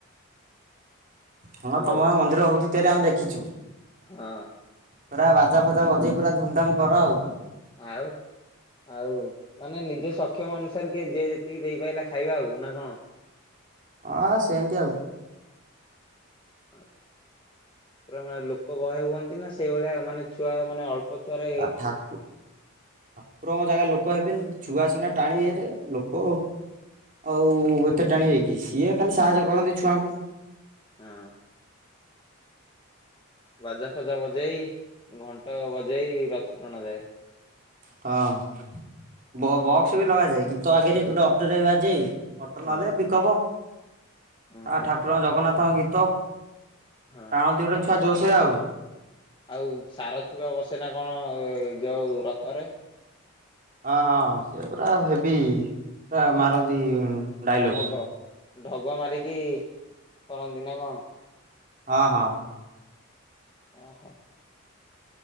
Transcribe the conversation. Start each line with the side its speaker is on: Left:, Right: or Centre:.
Right: ହଁ,
Left: ହ୍ୟାଲୋ
Right: ତମ ମନ୍ଦିର ହଉଛି ତିଆରି ଆମେ ଦେଖିଛୁ।
Left: ହଁ।
Right: ପୁରା ବାଜା ଫାଜା ବଜେଇ ପୁରା ଧୁମଧାମ କର ଆଉ।
Left: ଆଉ ଆଉ ମାନେ ନିଜ ସକ୍ଷମ ଅନୁସାରେ କିଏ ଯଏ ଯେତିକି ଦେଇପାରିଲ ଖାଇବା ଆଉ ନା କଣ?
Right: ହଁ ହଁ ସେମିତି ଆଉ।
Left: ଆ ପୁରା ମାନେ ଲୋକ ବହେ ହୁଅନ୍ତି ନା ସେଇଭଳିଆ ମାନେ ଛୁଆ ମାନେ ଅଳ୍ପ ଛୁଆରେ
Right: ଆ ଠାକୁ ଠାକୁରଙ୍କ ଜାଗା ଲୋକ ହେବେନି ଛୁଆ ସିନା ଟାଣରେ ଲୋକ ଆଉ ଏତେ ଟାଣିବକରି ସିଏ ଖାଲି ସାହାଯ୍ୟ କରନ୍ତି ଛୁଆଙ୍କୁ।
Left: ହଁ ବାଜା ଫଜା ବଜେଇ ଘଣ୍ଟ ବଜେଇ ରଥ ଟଣା ଯାଏ।
Right: ହଁ ବକ୍ସ ବି ଲଗାଯାଏ ଗୀତ ଆଗରେ ଗୋଟେ ଅଟୋ ରେ ବାଯେ ଅଟନ
Left: ହଁ
Right: ହେଲେ ବିକୋବ
Left: ଅ
Right: ଆଉ
Left: ହଁ
Right: ଠାକୁରଙ୍କ ଜଗନ୍ନାଥଙ୍କ ଗୀତ।
Left: ହଁ।
Right: ଟାଣନ୍ତି ଗୋଟେ ଛୁଆ ଜୋରସରେ ଆଉ।
Left: ଆଉ ସାର ଥିବା ବସେନା କଣ ଯୋଉ ରଥରେ
Right: ହଁ ହଁ ସିଏ ପୁରା ହେବି ପୁରା ମାରନ୍ତି ଡାଇଲଗ
Left: ଢଗ ଢଗ ମାରିକି କରନ୍ତି ନା କଣ?
Right: ଅ ହଁ
Left: ଓହୋ